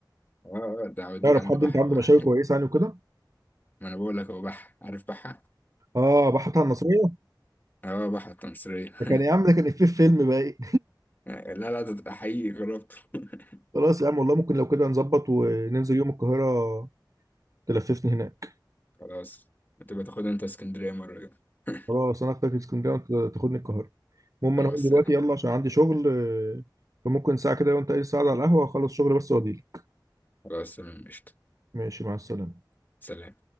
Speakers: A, on the left; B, on the right.
A: اه آه، ده هوديك
B: تعرف
A: عند
B: حد
A: بحة
B: انت عنده
A: بقى
B: مشاوي
A: <laughs>
B: كويسه يعني وكده
A: ما انا بقول لك هو بحة عارف بحة
B: اه بحط على النصريه
A: اه بحة التمصرية
B: ده
A: <laughs>
B: كان يا عم ده كان إفيه في فيلم بقى ايه
A: لا لا ده ده حقيقي جربته <laughs>
B: <laughs> خلاص يا عم والله ممكن لو كده نظبط وننزل يوم القاهره تلففني هناك
A: خلاص بتبقى تاخد انت اسكندرية مرة كده <laughs>
B: خلاص انا اخدك اسكندريه وانت تاخدني القاهره المهم
A: خلاص
B: انا هقوم دلوقتي يلا عشان عندي شغل آه، فممكن ساعه كده وانت ايه ساعه على القهوه اخلص شغل بس واجيلك
A: خلاص تمام قشطة
B: ماشي مع السلامه
A: سلام